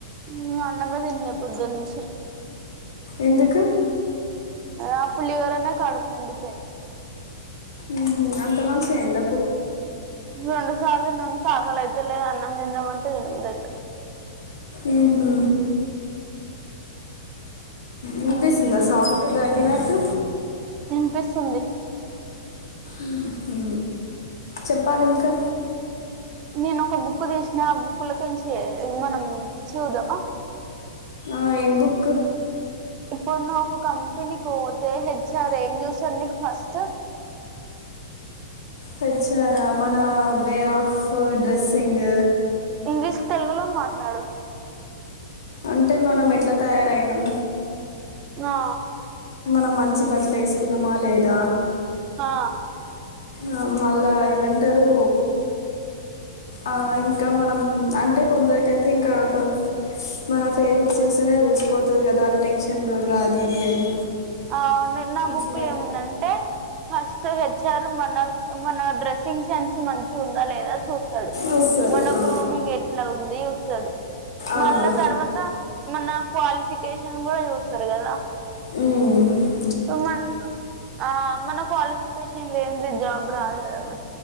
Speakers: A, on the right; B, on the left.
A: ఉ అన్నమే తిన్లే పొద్దనుంచి
B: ఎందు
A: ఆ పులిహోరనే కడుపు నిండిపోయింది.
B: ఉహు అంత మంచిగైంద
A: రెండు సార్లు తిన్నంకా ఆకలైతలే. అన్నం తిందాంమంటే తినబుదైతలే.
B: ఉహు ఇన్పిస్సుందా
A: మ్మ్
B: సౌండ్ దగ్గినట్టు
A: ఇన్పిస్సుంది
B: ఉహు చెప్పాలింకా
A: నేను ఒక బుక్ తీసిన ఆ బుక్లకెంచి మనం చూదామా
B: ఆ ఏం బుక్
A: ఇప్పుడు నువు ఒక కంపెనీకి వోతే హెచ్ఆర్ ఏం జూస్సడు నీకు ఫస్ట్ ట్
B: హెచ్ ఆర్ ఆ మన వే ఆఫ్ డ్రెస్సింగ్
A: ఇంగ్లీష్ తెలుగులో మాట్లాడు
B: అంటే మనం ఎట్లా తయారైనం
A: ఆ
B: మనం మంచి బట్లేస్కున్నమా లేదా
A: ఆ
B: ఆ మళ్ళా ఏమంటరూ ఆ ఇంకా మనం అంటే కొందరికైతే ఇంకా ఒక మన ఫేసెస్ చూస్తేనే తెలిసిపోతది గదా వాళ్లు టెన్షన్లో ఉర్రా అది ఇది అని
A: ఆ నిన్న
B: అట్లా
A: బుక్ లో ఏముందంటే ఫస్టది హెచ్ఆర్ మన మన డ్రెస్సింగ్ సెన్స్ మంచిగా ఉందా లేదా చూస్తడు.
B: చూస్తారు
A: మన
B: ఆ.
A: గ్రూమింగ్ ఎట్ల ఉంది స్తడు
B: ఆ.
A: మళ్ళా తర్వాత మన క్వాలిఫికేషన్ కూడా చూస్తరు గదా.
B: మ్
A: మన్ ఆ మన క్వాలిఫికేషన్ లేనిది జాబ్ రాదు కదా మ